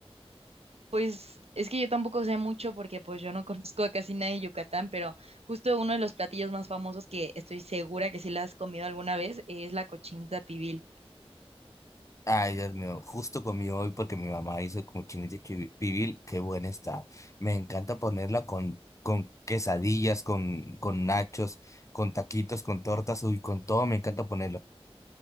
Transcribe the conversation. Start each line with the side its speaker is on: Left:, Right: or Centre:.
Right: Pues es que yo tampoco sé mucho porque pues yo no <laughs> conozco a casi nadie de Yucatán, pero justo uno de los platillos más famosos que estoy segura que sí la has comido alguna vez es la cochinita pibil.
Left: Ay, Dios mío, justo comí hoy porque mi mamá hizo cochinita pibil, pibil, qué buena está. Me encanta ponerla con, con quesadillas, con, con nachos, con taquitos, con tortas, uy, con todo, me encanta ponerla.